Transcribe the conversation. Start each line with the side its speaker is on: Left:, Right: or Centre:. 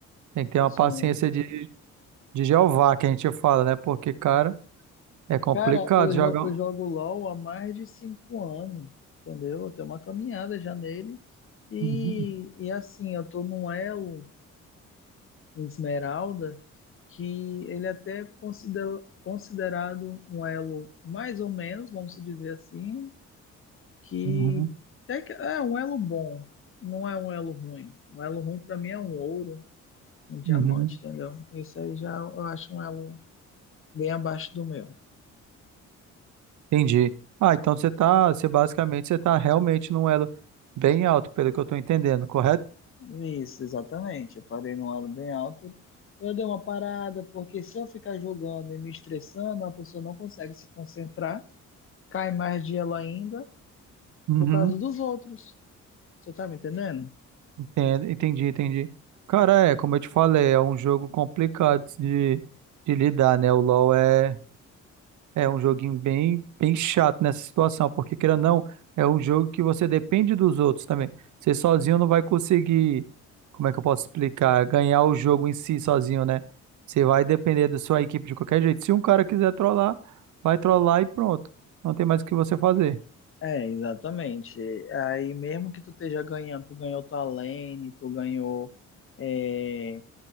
Right: Tem que ter uma
Left: Sim.
Right: paciência de, de Jeová, que a gente fala, né? Porque, cara, é complicado
Left: Cara, eu,
Right: jogar.
Left: jo- eu
Right: um,
Left: jogo LoL há mais de cinco anos, entendeu? Eu tenho uma caminhada já nele. E,
Right: Uhum,
Left: e assim, eu tô num elo. Esmeralda, que ele até é considera- considerado um elo mais ou menos, vamos dizer assim, que
Right: uhum,
Left: até que é um elo bom, não é um elo ruim. Um elo ruim para mim é um ouro, um diamante,
Right: uhum.
Left: entendeu? Isso aí já eu acho um elo bem abaixo do meu.
Right: Entendi. Ah, então você tá, você basicamente, você tá realmente num elo bem alto, pelo que eu tô entendendo, correto?
Left: Isso, exatamente. Eu parei num elo bem alto e eu dei uma parada, porque se eu ficar jogando e me estressando, a pessoa não consegue se concentrar, cai mais de elo ainda
Right: Uhum,
Left: por causa dos outros. Você tá me entendendo?
Right: entendo, entendi, entendi. Cara, é, como eu te falei, é um jogo complicado de, de lidar, né? O LoL é. É um joguinho bem, bem chato nessa situação, porque queira ou não, é um jogo que você depende dos outros também. Você sozinho não vai conseguir, como é que eu posso explicar, ganhar o jogo em si sozinho, né? Você vai depender da sua equipe de qualquer jeito. Se um cara quiser trollar, vai trollar e pronto. Não tem mais o que você fazer.
Left: É, exatamente. Aí mesmo que tu esteja ganhando, tu ganhou tua lane, tu ganhou, é,